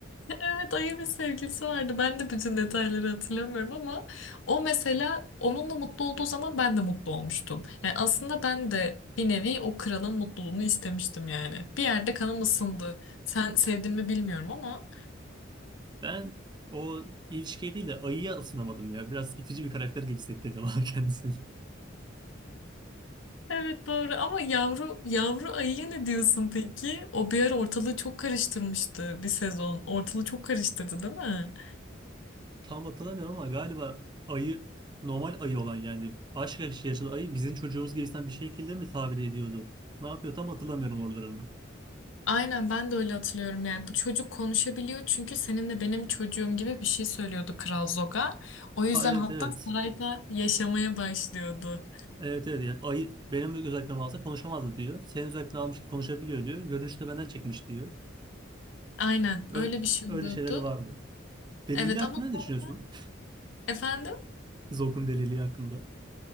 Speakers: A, on the left (about 75°); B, on the right (about 25°).
A: Evet ayı bir sevgilisi vardı. Ben de bütün detayları hatırlamıyorum ama o mesela onunla mutlu olduğu zaman ben de mutlu olmuştum. Yani aslında ben de bir nevi o kralın mutluluğunu istemiştim yani. Bir yerde kanım ısındı. Sen sevdin mi bilmiyorum ama.
B: Ben o ilişkiye değil de ayıya ısınamadım ya. Biraz itici bir karakter gibi hissettirdi bana <laughs> kendisini.
A: Evet doğru ama yavru yavru ayıya ne diyorsun peki? O bir ara ortalığı çok karıştırmıştı bir sezon. Ortalığı çok karıştırdı değil mi?
B: Tam hatırlamıyorum ama galiba ayı normal ayı olan yani aşk yaşlı yaşlı ayı bizim çocuğumuz gibisinden bir şekilde mi tabir ediyordu? Ne yapıyor tam hatırlamıyorum oralarını.
A: Aynen ben de öyle hatırlıyorum yani bu çocuk konuşabiliyor çünkü senin de benim çocuğum gibi bir şey söylüyordu Kral Zoga. O yüzden
B: Ha evet
A: hatta
B: evet.
A: sarayda yaşamaya başlıyordu.
B: Evet evet. ya. Ayı benim özellikle alsa konuşamazdı diyor. Senin özellikle almış konuşabiliyor diyor. Görünüşte benden çekmiş diyor.
A: Aynen
B: Öyle,
A: öyle bir şey
B: öyle
A: oluyordu.
B: şeyleri vardı. Delili
A: Evet
B: hakkında
A: ama
B: ne
A: son-
B: düşünüyorsun?
A: efendim
B: <laughs> Zog'un deliliği hakkında.